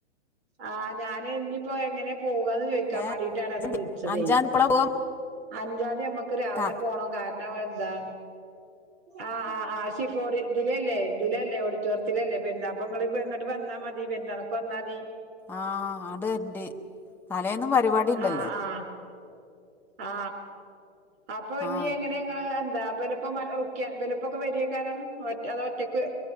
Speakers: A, on the right (about 60°); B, in the centre.
A: ആ ഞാൻ ഇനിയിപ്പോ എങ്ങനെ പോകന്ന് ചോദിക്കാൻ
B: ഏ
A: വേണ്ടീട്ടാ അന്നെ
B: ഇജ്ജ്ണ്ട്
A: വിളിച്ചത്
B: അഞ്ചാംതീ എപ്പളാ പോവാ
A: അഞ്ചാതീ നമ്മ ക്ക് രാവിലെ
B: ട്ടാ
A: പോണം കാരണം എന്താ ആഹ് ആ ആ ഷിഫ ഓടി ദിലല്ലേ ദിലല്ലേ ഓടിറ്റോറിയത്തലല്ലേ പെരുന്ന അപ്പങ്ങള് ഇപ്പഇങ്ങോട്ട് വന്നാ മതി പെരുന്നാൾക്ക് വന്നാ മതി
B: ആഅത് വര്ണ്ട് തലേന്നും പരിപാടി ഇണ്ടല്ലോ
A: ആ ആ ആ ആഅപ്പൊ ഇനി
B: ആ
A: എങ്ങനെങ്ങൾ ദാപലപ്പം മ റുക്കിയ ഇബാലോപ്പം ക്കെ വരിയക്കാരം ഒറ്റക്ക്